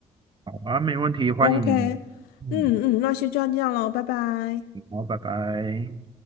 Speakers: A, on the right; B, on the left.
A: 好啊，没问题，欢迎，
B: OK，
A: 嗯，
B: 嗯嗯，那先就这样咯，拜拜。
A: 好，拜拜。